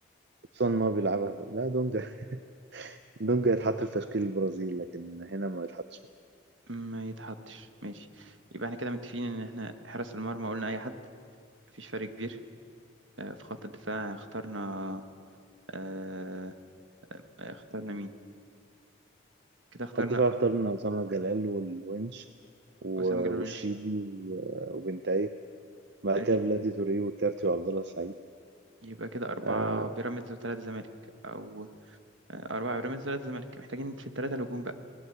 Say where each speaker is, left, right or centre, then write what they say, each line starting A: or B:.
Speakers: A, on the right (about 60°); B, on the right (about 75°).
A: خصوصا إن هو بيلعبها لا دونجا <laughs> دونجا يتحط في تشكيل البرازيل لكن هنا ما يتحطش
B: ما يتحطش ماشي يبقى احنا كده متفقين إن احنا حراس المرمى قلنا أي حد مفيش فرق كبير آه، في خط الدفاع اخترنا آه، آه، اخترنا مين كده اخترنا
A: خط دفاع اخترنا أسامة جلال والونش و-
B: أسامة جلال
A: والشيبي و- وبنتايج بعد
B: ادي
A: كده بلاتي توريه والكارتي وعبد الله السعيد
B: يبقى كده أربعة
A: آه،
B: بيراميدز وثلاثة زمالك أو آه، أربعة بيراميدز وثلاثة زمالك محتاجين في الثلاثة الهجوم بقى